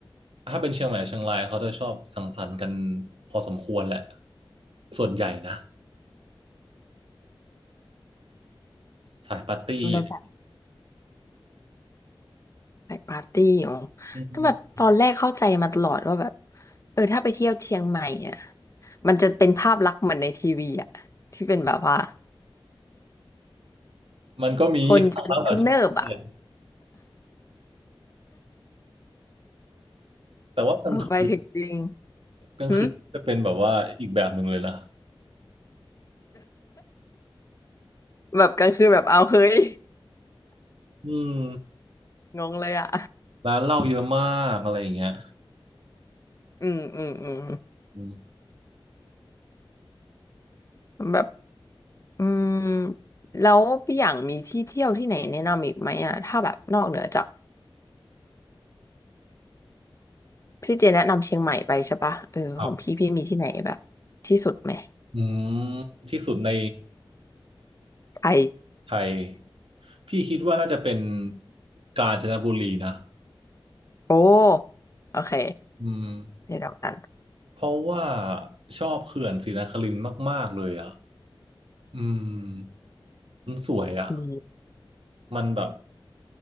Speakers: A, on the right; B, on the left.
A: ถ้าเป็นเชียงใหม่เชียงรายเขาจะชอบสังสรรค์กันพอสมควรแหละส่วนใหญ่นะสายปาร์ตี้อะไร
B: แล้วแบบไปปาร์ตี้อ๋อ
A: อืม
B: ก็แบบตอนแรกเข้าใจมาตลอดว่าแบบเออถ้าไปเที่ยวเชียงใหม่อ่ะมันจะเป็นภาพลักษณ์เหมือนในทีวีอ่ะที่เป็นแบบว่า
A: มันก็มี <laughs>
B: คนจะเนิบๆอ่ะ
A: ครั้งแบบที่เนี่ยแต่ว่ากลางคืน
B: ไปถึงจริง
A: กลางคืนจะเป็นแบบว่าอีกแบบหนึ่งเลยนะ
B: หึแบบกลางคืนแบบเอาเฮ้ย
A: อืม
B: งงเลยอ่ะ
A: ร้านเหล้าเยอะมากอะไรอย่างเงี้ย
B: อืมอืมอืม
A: อืม
B: แบบอืมแล้วพี่อย่างมีที่เที่ยวที่ไหนแนะนำอีกไหมอ่ะถ้าแบบนอกเหนือจาก พี่เจแนะนำเชียงใหม่ไปใช่ปะเออของพี่พี่มีที่ไหนแบบที่สุดไหม
A: ครับอืมที่สุดใน
B: ไทย
A: ไทย พี่คิดว่าน่าจะเป็นกาญจนบุรีนะ
B: โอ้โอเค
A: อืม
B: เดี๋ยวเดียวกัน
A: เพราะว่าชอบเขื่อนศรีนครินทร์มากๆเลยอ่ะอืมมันสวยอ่ะ
B: ดี
A: มันแบบ